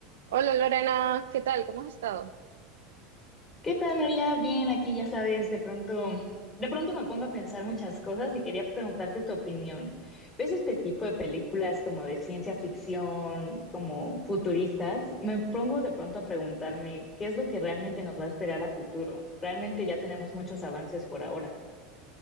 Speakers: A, on the right; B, on the left.
A: Hola Lorena, ¿qué tal? ¿Cómo has estado?
B: ¿Qué tal, María? Bien, aquí ya sabes, de pronto, de pronto me pongo a pensar muchas cosas y quería preguntarte tu opinión. ¿Ves este tipo de películas como de ciencia ficción, como futuristas? Me pongo de pronto a preguntarme qué es lo que realmente nos va a esperar a futuro. Realmente ya tenemos muchos avances por ahora.